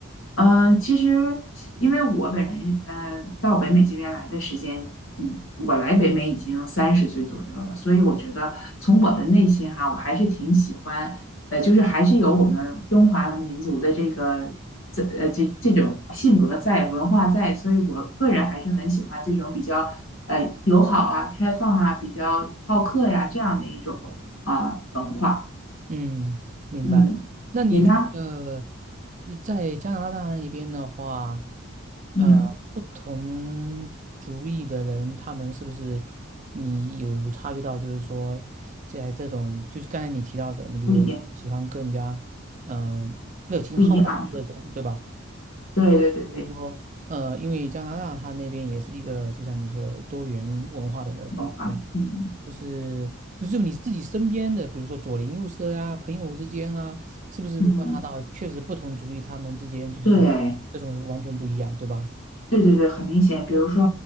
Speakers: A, on the left (about 75°); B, on the right (about 35°).
A: 嗯、其实因为我本人，呃，到北美这边来的时间，嗯，我来北美已经三十岁左右了，所以我觉得从我的内心哈，我还是挺喜欢，呃，就是还是有我们中华民族的这个。这呃这这种性格在，文化在，所以我个人还是很喜欢这种比较呃友好啊、开放啊、比较好客呀、这样的一种啊、文化。
B: 嗯，明白了。
A: 嗯，
B: 那你觉得
A: 你呢？
B: 呃在加拿大那边的话，
A: 嗯，
B: 呃，不同族裔的人，他们是不是你有察觉到，就是说，在这种就是刚才你提到的，你比如喜欢更加嗯、
A: 不一样，
B: 热情好客这种，
A: 不一样。
B: 对吧？
A: 对对对对，
B: 就是说，呃，因为加拿大它那边也是一个，就像你说的多元文化的一个国家，
A: 文化。嗯
B: 就是就是你自己身边的，比如说左邻右舍啊、朋友之间啊，是不是有观察到，
A: 嗯，
B: 确实不同族裔他们之间就是这种是完全不一样，
A: 对
B: 对吧？
A: 对对对，很明显。比如说，